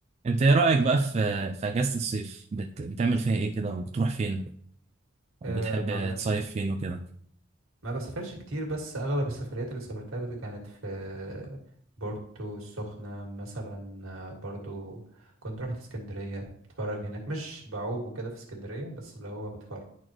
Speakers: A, on the right; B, on the right.
A: انت ايه رأيك بقى في في اجازة الصيف بت... بتعمل فيها ايه كده وبتروح فين وبتحب
B: آه، ما ب...
A: تصيف فين وكده
B: ما بسافرش كتير بس اغلب السفريات اللي سافرتها بت- كانت في بورتو السخنة مثلا آه، برضو كنت رحت اسكندرية بتفرج هناك مش بعوم وكده في اسكندرية بس اللي هو بتفرج